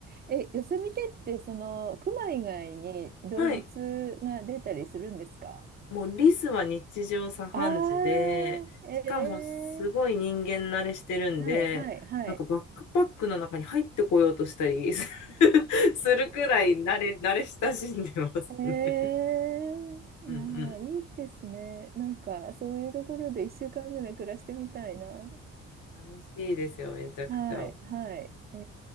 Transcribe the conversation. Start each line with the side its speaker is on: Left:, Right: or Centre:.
Right: え、ヨセミテってそのクマ以外に動物が出たりするんですか
Left: はい。もうリスは日常茶飯事で、
Right: ああー、
Left: しかもすごい人間慣れしてるんで、
Right: えー、はいはいはい。
Left: なんかバックパックの中に入ってこようとしたり <laughs> するくらい慣れ、慣れ親しんでますね。
Right: えー、
Left: うんうん。
Right: いやー、いいですね。なんかそういうところで1週間ぐらい暮らしてみたいな。
Left: いや楽しいですよ、めちゃくちゃ。
Right: はいはい。え